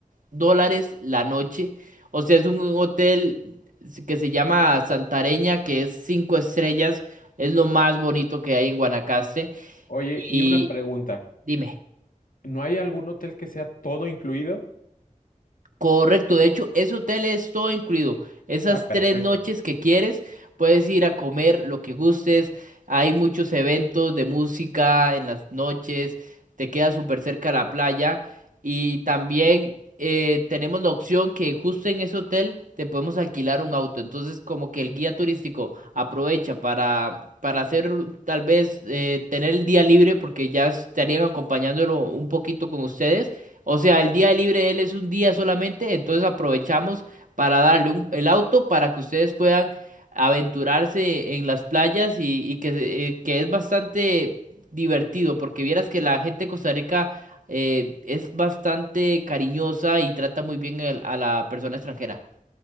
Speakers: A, on the right (about 70°); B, on the left (about 80°).
A: dólares la noche. O sea, es un hotel que se llama Santareña, que es cinco estrellas, es lo más bonito que hay en Guanacaste.
B: Oye,
A: Y
B: y una pregunta.
A: dime.
B: ¿No hay algún hotel que sea todo incluido?
A: Correcto, de hecho, ese hotel es todo incluido. Esas
B: Ah, perfecto.
A: tres noches que quieres, puedes ir a comer lo que gustes. Hay muchos eventos de música en las noches, te queda súper cerca la playa. Y también eh, tenemos la opción que justo en ese hotel te podemos alquilar un auto. Entonces, como que el guía turístico aprovecha para, para hacer tal vez eh, tener el día libre, porque ya estarían acompañándolo un poquito con ustedes o sea, el día libre de él es un día solamente, entonces aprovechamos para darle un- el auto para que ustedes puedan aventurarse en las playas y, y que, se- eh, que es bastante divertido, porque vieras que la gente de Costa Rica eh, es bastante cariñosa y trata muy bien el- a la persona extranjera.